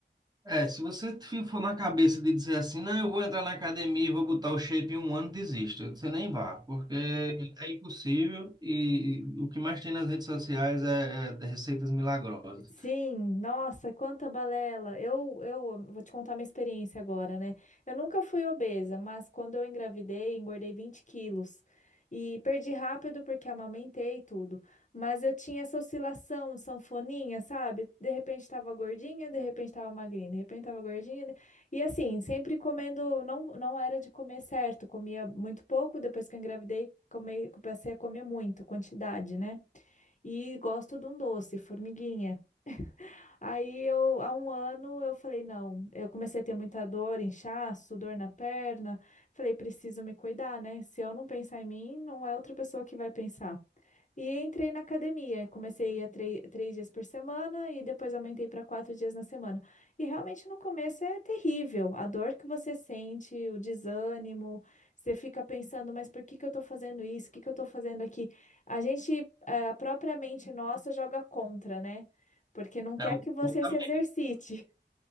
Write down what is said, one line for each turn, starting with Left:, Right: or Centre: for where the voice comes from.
Right: É, se você fi- for na cabeça de dizer assim, não, eu vou entrar na academia e vou botar o shape em um ano, desista. Você nem vá, porque é impossível e o que mais tem nas redes sociais é, é receitas milagrosas.
Left: Sim, nossa, quanta balela. Eu, eu vou te contar minha experiência agora, né? Eu nunca fui obesa, mas quando eu engravidei, engordei 20 quilos. E perdi rápido porque amamentei e tudo. Mas eu tinha essa oscilação, sanfoninha, sabe? De repente tava gordinha, de repente tava magrinha, de repente tava gordinha. de- E assim, sempre comendo, não, não era de comer certo, comia muito pouco. Depois que eu engravidei, come- comecei a comer muito, quantidade, né? E gosto de um doce, formiguinha. Aí eu, há um ano, eu falei, não, eu comecei a ter muita dor, inchaço, dor na perna. Falei, preciso me cuidar, né? Se eu não pensar em mim, não é outra pessoa que vai pensar. E entrei na academia, comecei a tre- três dias por semana e depois aumentei para quatro dias na semana. E realmente no começo é terrível, a dor que você sente, o desânimo, você fica pensando, mas por que que eu estou fazendo isso? O que que eu estou fazendo aqui? A gente, eh, a própria mente nossa joga contra, né? porque não quer
Right: É, o-
Left: que você
Right: o caminho.
Left: se exercite.